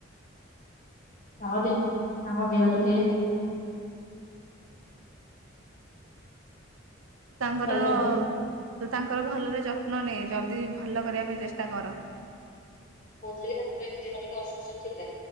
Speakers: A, on the left; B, on the right.
A: ତାଙ୍କ ଦେହ ତାଙ୍କ ଦେହ ଟିକେ
B: ତାଙ୍କର
A: ହ୍ୟାଲୋ
B: ତ ତାଙ୍କର ଭଲରେ ଯତ୍ନ ନେ ଜଲଦି ଭଲ କରିବା ପାଇଁ ଚେଷ୍ଟା କର
A: ମୁଁ କହୁଥିଲି କି ତାଙ୍କର ଏବେ ଦେହ ଟିକେ ଅସୁସ୍ଥ ଥିଲା,